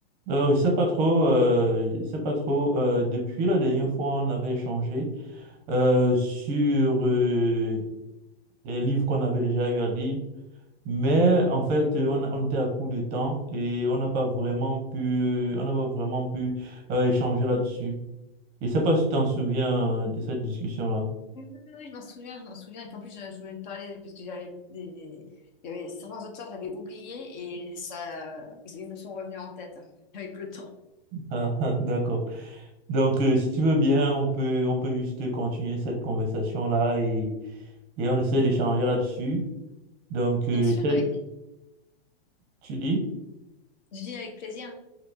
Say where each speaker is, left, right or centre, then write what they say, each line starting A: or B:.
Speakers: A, on the right; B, on the left.
A: Non, je sais pas trop, euh, je sais pas trop. euh, depuis la dernière fois, on avait échangé euh, sur euh, les livres qu'on avait déjà eu à lire, mais en fait, euh, on, on était à court de temps et on n'a pas vraiment pu, on n'a pas vraiment pu euh, échanger là-dessus. Et Je sais pas si tu t'en souviens euh, de cette discussion-là.
B: Oui, oui, oui, oui, je m'en souviens, je m'en souviens. Et puis en plus, je, je voulais te parler parce que j'avais des... il y avait certains auteurs, j'avais oublié et ça, ils me sont revenus en tête <laughs> hein, avec le temps.
A: Ah, <laughs> ah, d'accord. Donc, euh, si tu veux bien, on peut, on peut juste continuer cette conversation-là et, et on essaie d'échanger là-dessus. Donc, euh,
B: Bien sûr,
A: peut-être-
B: avec,
A: tu dis?
B: je lis avec plaisir.